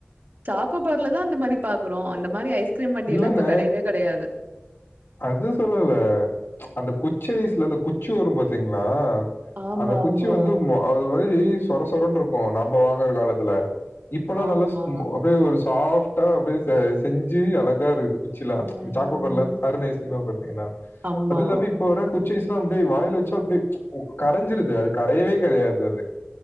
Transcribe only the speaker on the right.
சாக்கோபார்லதா அந்த மாரி பாக்குறோ அந்த மாரி ஐஸ்கிரீம் வண்டியல்லா
இப்ப கெடையவே கெடையாது
ஆமாமா.
ஆமா.
ம்.
ஆமா.